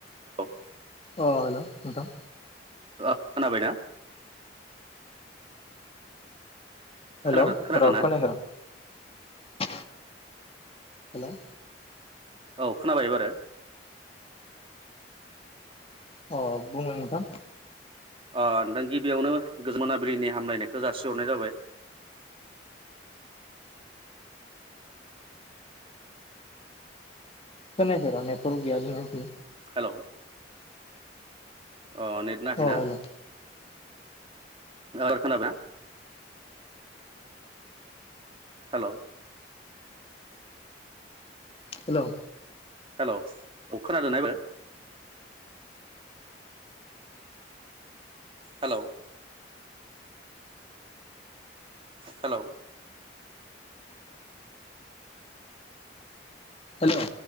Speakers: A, on the right (about 30°); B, on the left (about 35°).
A: हेल'
B: अ हेल' नोंथां
A: ओ खोनाबायना?
B: हेल'
A: खोनादों खोनादोंना
B: र' खोनायाखै र' हेल'
A: औ खोनाबाय एबारो
B: अ बुंलां दा <inaudible>
A: अ नोंथां गिबियावनो गोजोन मोनाबिलिनि हामलायनायखौ जासिहरनाय जाबाय।
B: खोनाखै र' नेटफोर गैया बे <unintelligible>
A: हेल' अ नेट नाङाखैना?
B: हेल'
A: <unintelligible> खोनाबायना? हेलौ
B: हेलौ
A: हेल' औ खोनादोंना एबार? हेलौ हेलौ
B: हेल'